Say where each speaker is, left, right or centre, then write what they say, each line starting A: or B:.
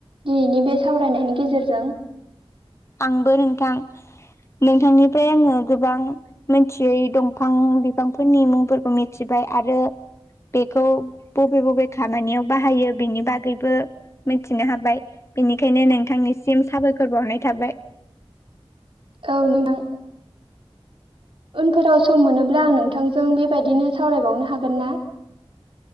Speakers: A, on the right; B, on the left.
A: दिनैनि बे सावरायनायनि गेजेरजों
B: आंबो नोंथां नोंथांनिफ्राय आङो गोबां मोनथियै दंफां बिफांफोरनि मुंफोरखौ मिथिबाय आरो बेखौ बबे बबे खामानियाव बाहायो बेनि बागैबो मिथिनो हाबाय बेनिखायनो नोंथांनिसिम साबायखर बावनाय थाबाय
A: औ नोंदां उनफोराव सम मोनोब्ला आं नोंथांजों बेबायदिनो सावरायबावनो हागोन ना